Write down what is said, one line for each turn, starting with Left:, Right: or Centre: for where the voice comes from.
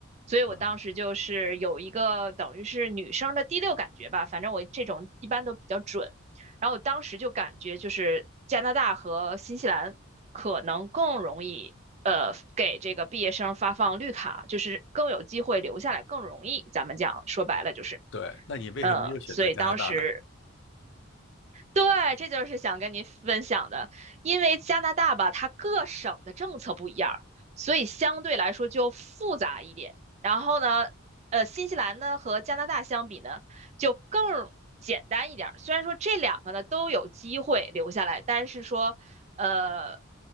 Right: 所以我当时就是有一个等于是女生的第六感觉吧，
Left: 嗯哼，
Right: 反正我这种一般都比较准。然后我当时就感觉就是加拿大和新西兰可能更容易呃给这个毕业生发放绿卡，就是更有机会留下来，更容易。咱们讲说白了就是，
Left: 对，那你为什么没有选择加拿大呢？
Right: 呃，所以当时对，这就是想跟您分享的，因为加拿大吧，它各省的政策不一样儿所以相对来说就复杂一点。然后呢，呃，新西兰呢和加拿大相比呢，就更简单一点儿。虽然说这两个呢都有机会留下来，但是说，呃，